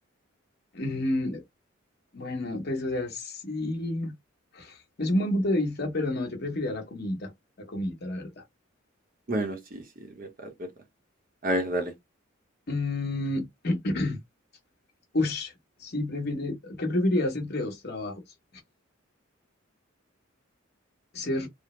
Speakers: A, on the left; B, on the right.
A: Mm, bueno, pues o sea, sí, es un buen punto de vista, pero no, yo preferiría la comidita, la comidita, la verdad.
B: Bueno, sí, sí, es verdad, es verdad. A ver, dale.
A: Mm, <clears throat> ush, sí, prefiere, ¿qué preferirías entre dos trabajos? ¿Ser